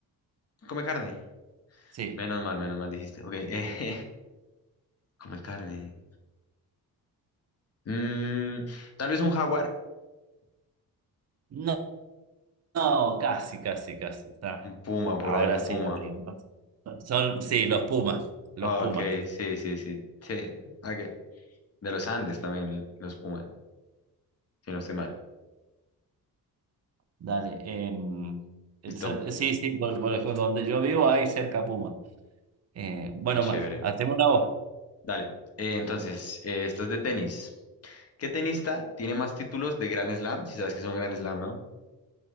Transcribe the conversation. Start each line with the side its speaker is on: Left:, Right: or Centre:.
Left: come carne.
Right: Sí.
Left: Menos mal, menos mal dijiste. Ok, <laughs> eh, come carne. Mm, tal vez un jaguar.
Right: No, no, casi, casi, casi. Está.
Left: Un puma por
Right: Ahora
Left: ahí, un
Right: sí,
Left: puma.
Right: ya te digo. ¿no? Son, sí, los pumas, los
Left: Ok,
Right: pumas.
Left: sí, sí, sí. Sí, ok. De los Andes también, los pumas. si no estoy mal.
Right: Dale. em, el
Left: Listo,
Right: cer- sí, sí, por, por ejemplo, donde yo vivo hay cerca puma. Eh, bueno,
Left: qué chévere.
Right: más, hacemos una voz.
Left: Dale. Eh, entonces, eh, esto es de tenis. ¿Qué tenista tiene más títulos de Grand Slam? Si sabes que es un Grand Slam, ¿no?